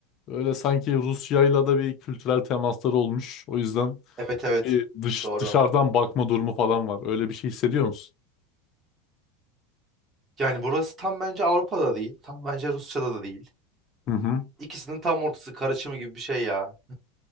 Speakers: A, on the left; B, on the right.
A: öyle sanki Rusya'yla da bir kültürel temasları olmuş. O yüzden
B: Evet evet
A: bir dış,
B: doğru.
A: dışarıdan bakma durumu falan var. Öyle bir şey hissediyor musun?
B: Yani burası tam bence Avrupa'da değil. Tam bence Rusya'da da değil.
A: Hı hı.
B: İkisinin tam ortası karışımı gibi bir şey ya.